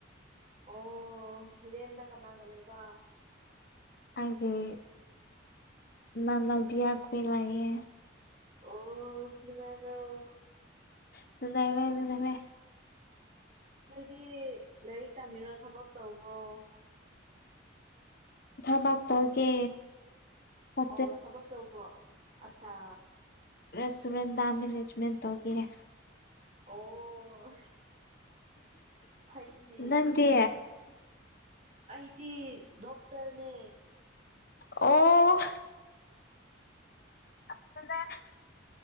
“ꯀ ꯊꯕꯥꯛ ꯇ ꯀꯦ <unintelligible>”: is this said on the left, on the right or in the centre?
Left